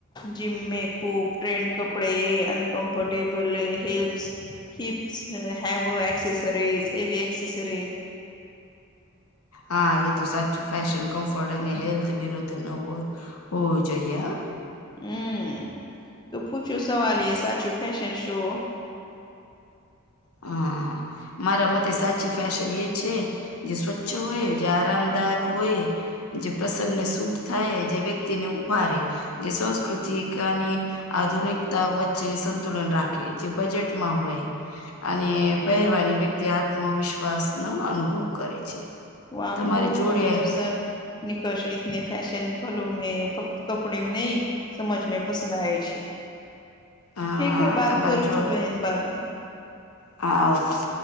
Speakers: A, on the left; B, on the left.
A: જીમ મે ખૂબ ટ્રેન્ડ કપડે uncomfortable helps hips have accessories heavy accessories
B: હા એ તો સાચું ફેશન કમ્ફર્ટ અને હેલ્થ વિરુદ્ધ ન હોવું જોઈએ
A: હમ તો પૂછુ સવાલ એ સાચું ફેશન શો
B: હા મારા મતે સાચી ફેશન એ છે જે સ્વચ્છ હોય જે આરામદાયક હોય જે પ્રસંગને સૂટ થાય જે વ્યક્તિને ઉભાારે જે સંસ્કૃતિક અને આધુનિકતા વચ્ચે સંતુલન રાખે જે બજેટમાં હોય અને પહેરવાની વ્યક્તિ આત્મવિશ્વાસ નો અનુભવ કરે છે
A: વા
B: તમારે
A: ખુબ
B: જોડે
A: સુંદરસર નિકષ એતને ફેશન ફલો મે ફક્ત કપડે નિઇ સમજ મે પસંદ આવેય છે
B: હા
A: ઠીક હે બાત
B: તમારી
A: કરું
B: જો
A: છું બહેન બાદ મે
B: હા ઓકે